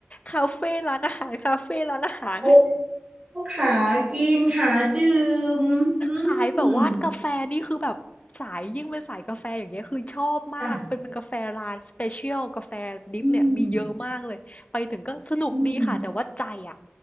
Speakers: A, on the left; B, on the right.
A: คาเฟ่ร้านอาหารคาเฟ่ร้านอาหาร
B: โอ้ขากินขาดื่มอื
A: ขายแบบว่ากาแฟนี่คือแบบสายยิ่งเป็นสายกาแฟอย่างเงี้ยคือชอบมากเป็นมันกาแฟร้านสเปเชียลกาแฟดริปเนี่ยมีเยอะมากเลยไปถึงก็สนุกดีค่ะแต่ว่าใจอ่ะ
B: มจ้ะอืมอืม